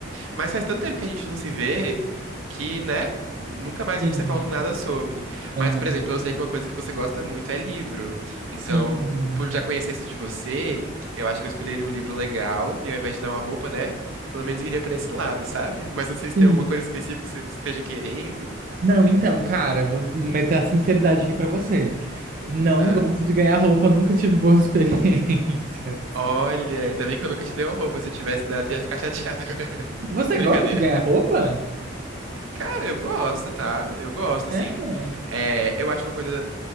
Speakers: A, on the right (about 85°); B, on the right (about 45°).
A: Mas faz tanto tempo que a gente não se vê que, né, nunca mais
B: Sim.
A: vi você falando nada sobre.
B: Aham.
A: Mas, por exemplo, eu sei que uma coisa que você gosta muito é livro. Então,
B: Sim.
A: por já conhecer isso de você, eu acho que eu escolheria um livro legal e ao invés de dar uma roupa, né, pelo menos iria pra esse lado, sabe? Mas não sei se
B: Sim.
A: tem alguma coisa específica que você esteja querendo.
B: Não, então, cara, eu vou meter a sinceridade aqui pra você. Não
A: Ah,
B: gosto de ganhar roupa, nunca tive boas experiências. <laughs>
A: Olha, ainda bem que eu nunca te dei uma roupa. Se eu tivesse dado, eu ia ficar chateada. <laughs>
B: Você
A: Brincadeira.
B: gosta de ganhar roupa?
A: Cara, eu gosto, tá? Eu gosto,
B: É.
A: assim. É, eu acho uma coisa